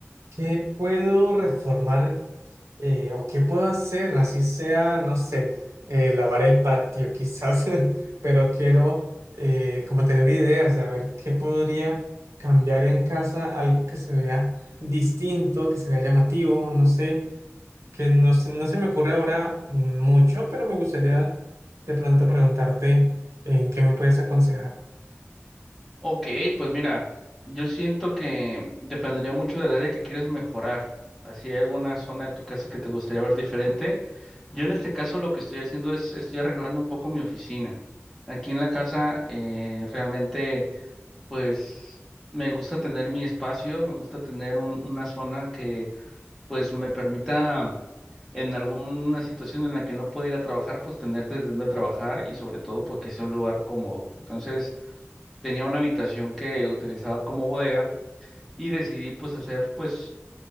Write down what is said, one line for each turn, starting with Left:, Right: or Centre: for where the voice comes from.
Right: qué puedo reformar Eh, ¿o qué puedo hacer? Así sea, no sé, eh, lavar el patio quizás, <laughs> pero quiero eh, como tener ideas de a ver qué podría cambiar en casa, algo que se vea distinto, que se vea llamativo, no sé, que no se, no se me ocurre ahora mucho, pero me gustaría de pronto preguntarte en qué me puedes aconsejar.
Centre: Ok, pues mira, yo siento que dependería mucho del área que quieres mejorar. Así hay alguna zona de tu casa que te gustaría ver diferente. Yo en este caso lo que estoy haciendo es, estoy arreglando un poco mi oficina. Aquí en la casa eh, realmente... pues me gusta tener mi espacio, me gusta tener un- una zona que pues me permita en alguna situación en la que no pueda ir a trabajar, pues tener desde donde trabajar y sobre todo porque sea un lugar cómodo. Entonces tenía una habitación que utilizaba como bodega y decidí pues hacer pues